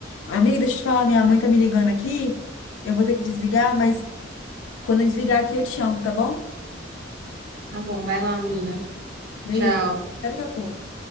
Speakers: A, on the left; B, on the right.
A: Amiga, deixa eu te falar, minha mãe tá me ligando aqui. Eu vou ter que desligar, mas quando eu desligar aqui eu te chamo, tá bom?
B: Tá bom, vai lá, menina.
A: Beijo.
B: Tchau.
A: Até daqui a pouco.